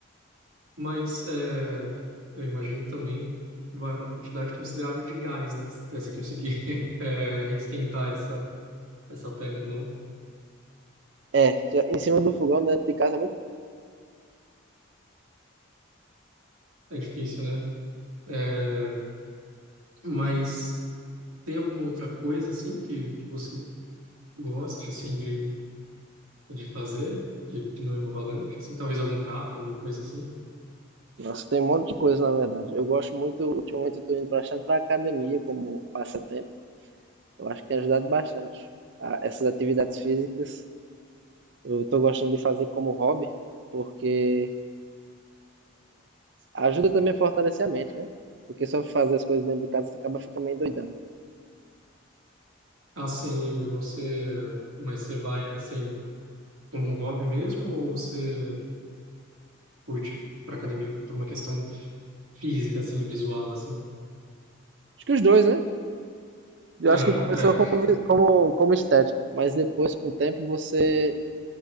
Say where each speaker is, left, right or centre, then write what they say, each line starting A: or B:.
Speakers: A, on the right (about 85°); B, on the right (about 55°).
A: Mas é, eu imagino que também vai uma quantidade considerável de gás, né? Se você conseguir <laughs> é, esquentar essa, essa pedra, não?
B: É, já- em cima do fogão, dentro de casa é muito.
A: É difícil, né? É, mas tem alguma outra coisa, assim, que, que você goste, assim, de, de fazer? Que, que não envolva lanche, assim? Talvez algum prato, alguma coisa assim?
B: Nossa, tem um monte de coisa, na verdade. Eu gosto muito, ultimamente eu tô indo bastante pra academia como passatempo. Eu acho que tem ajudado bastante. A- essas atividades físicas eu estou gostando de fazer como hobby, porque ajuda também a fortalecer a mente, né? Porque só fazer as coisas dentro de casa você acaba ficando meio doidando.
A: Assim, você, mas você vai assim como um hobby mesmo ou você curte para academia por uma questão física assim, visual assim?
B: Acho que os dois, né? Eu
A: Aham,
B: acho que começou
A: é.
B: como, vi- como, como estética, mas depois, com o tempo, você,